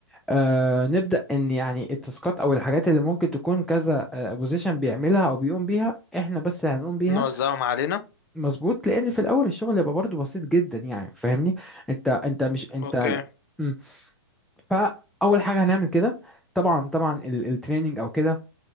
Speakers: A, in the centre; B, on the left.
A: آه نبدا ان يعني التاسكات او الحاجات اللي ممكن تكون كذا بوزيشن بيعملها او بيقوم بيها احنا بس اللي هنقوم بيها
B: نوزعهم علينا
A: مظبوط لان في الاول الشغل يبقى برضه بسيط جدا يعني فاهمني انت انت مش انت
B: اوكي
A: لا. مم. فاول حاجه هنعمل كده طبعا طبعا التريننج او كده